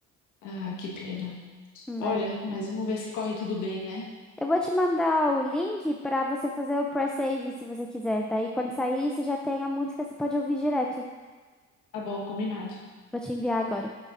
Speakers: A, on the left (about 80°); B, in the centre.
A: ah, que pena.
B: Hum,
A: Olha,
B: é.
A: mas vamos ver se corre tudo bem, né?
B: Eu vou te mandar o link pra você fazer o pré-save se você quiser. Daí, quando sair, você já tem a música, você pode ouvir direto.
A: Tá bom, combinado.
B: Vou te enviar agora.